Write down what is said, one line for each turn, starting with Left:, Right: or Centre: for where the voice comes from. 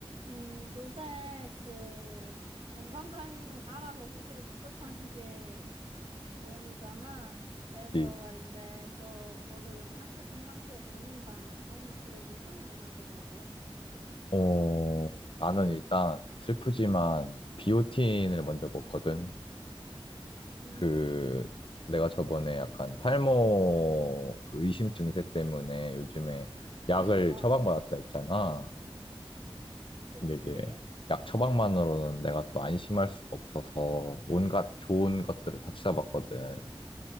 Right: 음, 요새 그 건강 관리는 알아서 스스로 직접 하는 게 유행이잖아. 그래서
Left: 그치.
Right: 말인데, 너, 너도 영양제 평상시에 먹는다며? 너는 주로 무슨 영양제 먹어?
Left: 어, 나는 일단 슬프지만 비오틴을 먼저 먹거든.
Right: 음,
Left: 그, 내가 저번에 약간 탈모 그 의심 증세 때문에 요즘에 약을
Right: <laughs> 아,
Left: 처방받았다 했잖아.
Right: 그치?
Left: 근데 이제 약 처방만으로는 내가 또 안심할 수가 없어서 온갖 좋은 것들을 다 찾아봤거든.